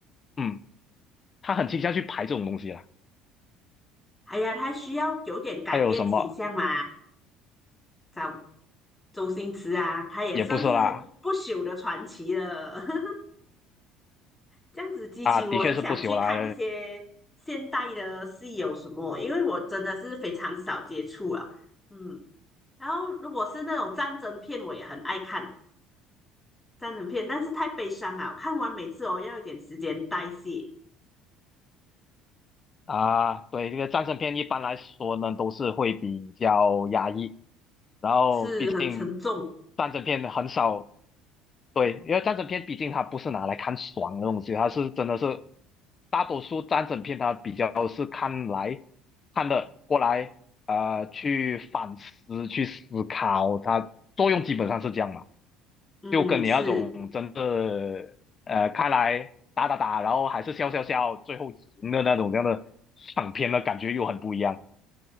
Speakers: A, on the left; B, on the left.
A: 嗯，他很倾向去拍这种东西了。
B: 哎呀，他需要有点改变形象嘛，
A: 还有什么
B: 找周星驰啊，他也算是不朽的传奇了。
A: 也不是啦，
B: <laughs> 这样子激起我很想去看那些现代的戏有什么，
A: 啊，的确是不朽啦，
B: 因为我真的是非常少接触啊。嗯，然后如果是那种战争片，我也很爱看战争片，但是太悲伤啊，我看完每次哦要一点时间代谢，
A: 啊，对，这个战争片一般来说呢，都是会比较压抑，然后毕竟
B: 是很沉重。
A: 战争片很少，对，因为战争片毕竟它不是拿来看爽的东西，它是真的是大多数战争片它比较是看来看的过来，呃，去反思去思考，它作用基本上是这样嘛。
B: 嗯，
A: 就跟你那种真的呃开来打打打，
B: 是。
A: 然后还是笑笑笑，最后赢的那种这样的爽片的感觉又很不一样。